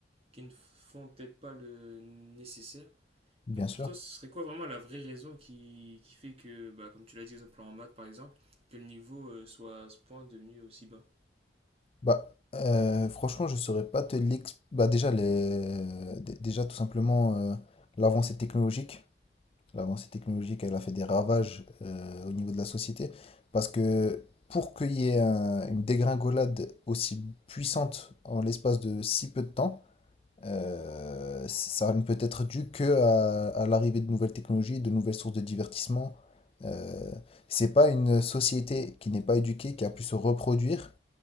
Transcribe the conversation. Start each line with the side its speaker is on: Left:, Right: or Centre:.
Right: qui ne font peut-être pas le nécessaire.
Left: bien
Right: Donc
Left: sûr.
Right: pour toi, ce serait quoi vraiment la vraie raison qui, qui fait que, bah, comme tu l'as dit, exemple en maths par exemple, que le niveau euh, soit à ce point devenu aussi bas?
Left: Bah, euh, franchement, je saurais pas te l'expliquer. Bah, déjà, les... dé- déjà, tout simplement, euh, l'avancée technologique. L'avancée technologique, elle a fait des ravages euh, au niveau de la société. Parce que pour qu'il y ait un- une dégringolade aussi puissante en l'espace de si peu de temps, euh, ça ne peut être dû que à, à l'arrivée de nouvelles technologies, de nouvelles sources de divertissement. Euh, c'est pas une société qui n'est pas éduquée qui a pu se reproduire